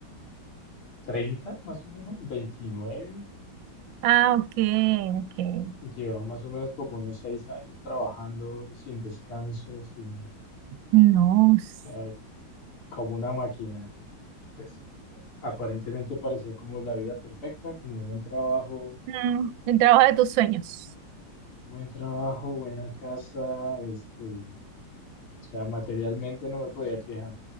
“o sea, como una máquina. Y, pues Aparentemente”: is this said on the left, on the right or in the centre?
Left